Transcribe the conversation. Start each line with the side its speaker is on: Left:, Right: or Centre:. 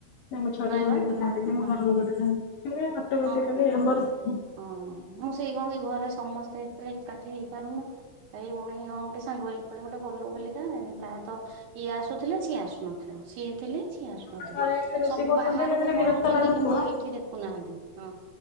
Left: ନାଇଁ ମୋ ଛୁଆଟା <inaudible>
Right: ବା ସେ
Left: ଥାଆନ୍ତା, ମୋ
Right: ହଁ
Left: ଘରର ଗୋଟେ ଥାଆନ୍ତା <inaudible> ଅଟୋମେଟିକାଲି
Right: ହଁ ବା
Left: ଆମର ହୁଁ
Right: ହଁ ମୁଁ ସେଇ କଣ କି ଘରେ ସମସ୍ତେ ହେତେବେଳେ ଏକାଠି ହେଇପାରୁନ ଏଇ ଭଉଣୀ ହଁ ଗୋଟେ ସାଙ୍ଗ ହୋଇ ‌‌କୁଆଡେ ଗୋଟେ ଗଲୁ ବୁଲିି ତ ପ୍ରାୟତଃ ଇଏ ଆସୁଥିଲେ ସିଏ ଆସୁ ନଥିଲା ସିଏ ଥିଲେ ସିଏ ଆସୁ ନଥିବ,
Left: ଆପଣ ଘରେ ଏମିତି ରୋଷେଇ
Right: ସବୁ
Left: କରୁଛନ୍ତି
Right: ବାହାରକୁ
Left: ମାନେ
Right: ପଳଉଛନ୍ତି
Left: ବିରକ୍ତ ଲାଗୁଥିବ
Right: କିନ୍ତୁ ଏଇଠି ଦେଖୁନାହାନ୍ତି ହଁ।